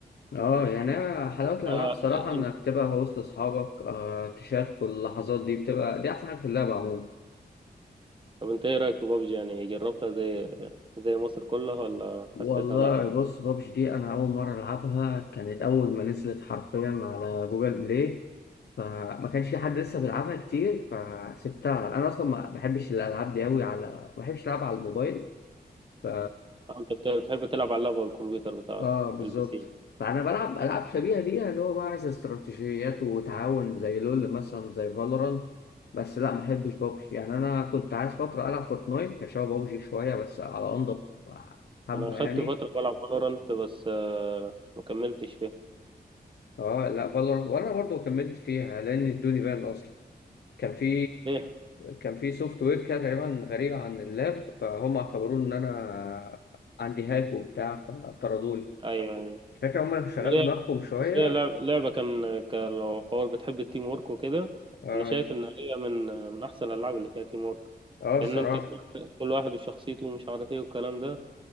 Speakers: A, on the left; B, on the right.
A: اه يعني أنا حلاوة الألعاب
B: ف-
A: الصراحة إنك
B: انت
A: تبقى وسط أصحابك آه تشاركوا اللحظات دي بتبقى دي أحسن حاجة في اللعبة عموما
B: طب انت ايه رايك في بابجي يعني جربتها زي زي مصر كلها ولا
A: والله
B: حسيتها لا
A: بص بابجي دي أنا أول مرة ألعبها كانت أول ما نزلت حرفيا على جوجل بلاي فما كانش في حد لسه بيلعبها كتير فسبتها أنا أصلا ما بحبش الألعاب دي أوي على ما بحبش ألعبها على الموبايل ف
B: أو انت بت- بتحب تلعب على اللاب والكمبيوتر بتاعك
A: اه بالظبط
B: البي سي
A: فانا بلعب العاب شبيهه ليها اللي هو بقى عايز استراتيجيات وتعاون زي لول مثلا زي فالورانت بس لا ما احبش بابجي يعني انا كنت عايز فتره العب فورتنايت هي شبه بابجي شويه بس على انضف حبه
B: انا خدت
A: يعني
B: فتره بلعب فالورانت بس آه، ما كملتش فيها
A: اه لا فالورانت وانا برضو كملت فيها لان ادوني بان اصلا كان في
B: ليه
A: كان في سوفت وير كده تقريبا غريب عن اللاب فهم اعتبروا ان انا عندي هاك وبتاع فطردوني
B: ايوه أيوة.
A: الفكره هم اللي شغلوا
B: إن هي
A: دماغهم شويه
B: بس هي لعبة, لعبة كان ك- لو حوار بتحب التيم وورك وكده
A: اه
B: أنا شايف إن هي من من أحسن الألعاب اللي فيها تيم وورك
A: اه الصراحه
B: لأن أنت كل, كل واحد وشخصيته ومش عارف إيه والكلام ده